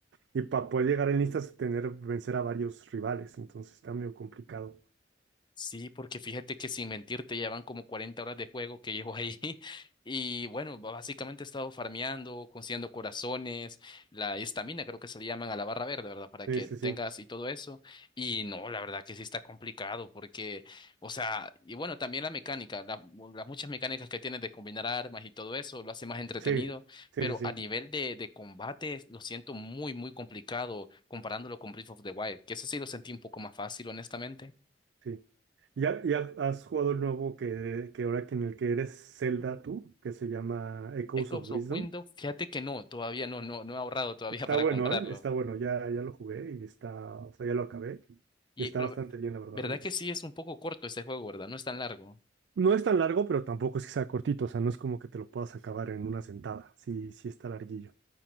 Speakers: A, on the right; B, on the left.
A: Y para poder llegar en listas, tener, vencer a varios rivales, entonces está medio complicado.
B: Sí, porque fíjate que sin mentirte ya van como 40 horas de juego que llevo ahí <laughs> y bueno, b- básicamente he estado farmeando, consiguiendo corazones, la estamina creo que se le llaman a la barra verde, ¿verdad? Para
A: Sí,
B: que
A: sí,
B: tengas
A: sí.
B: y todo eso. Y no, la verdad que sí está complicado porque, o sea, y bueno, también la mecánica, la- las muchas mecánicas que tienes de combinar armas y todo eso lo hace más entretenido,
A: Sí, sí,
B: pero
A: sí, sí.
B: a nivel de, de combate lo siento muy, muy complicado comparándolo con Breath of the Wild, que eso sí lo sentí un poco más fácil, honestamente.
A: sí. ¿Ya, ya has jugado el nuevo que, que ahora que en el que eres Zelda tú, que se llama Echoes
B: Microsoft
A: of Wisdom?
B: Windows, fíjate que no, todavía no, no, no he ahorrado todavía
A: Está
B: <laughs> para
A: bueno,
B: comprarlo.
A: ¿eh? Está bueno, ya, ya lo jugué y está, o sea, ya lo acabé.
B: Y,
A: Y está
B: pero,
A: bastante bien, la verdad,
B: ¿verdad
A: ¿eh?
B: que sí es un poco corto este juego, verdad? No es tan largo.
A: No es tan largo, pero tampoco es que sea cortito, o sea, no es como que te lo puedas acabar en una sentada. Sí, sí está larguillo.